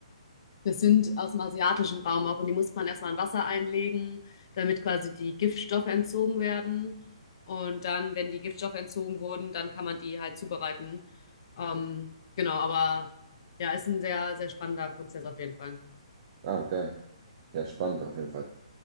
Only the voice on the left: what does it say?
Das sind aus dem asiatischen Raum auch und die muss man erstmal in Wasser einlegen, damit quasi die Giftstoffe entzogen werden. Und dann, wenn die Giftstoffe entzogen wurden, dann kann man die halt zubereiten. Ähm, genau, aber ja, ist ein sehr, sehr spannender Prozess auf jeden Fall.